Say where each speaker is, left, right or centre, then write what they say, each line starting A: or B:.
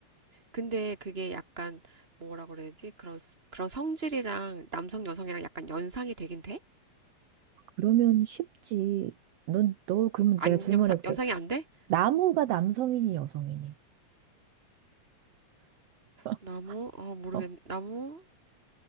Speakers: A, on the right; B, on the right.
A: 근데 그게 약간 뭐라 그래야지? 그런 스- 그런 성질이랑 남성 여성이랑 약간 연상이 되긴 돼?
B: 그러면 쉽지. 넌, 너, 그러면
A: 안
B: 내가 질문해볼게.
A: 연상 연상이 안 돼?
B: 나무가 남성이니 여성이니? <laughs>
A: 나무? 어, 모르겠.
B: 어,
A: 나무?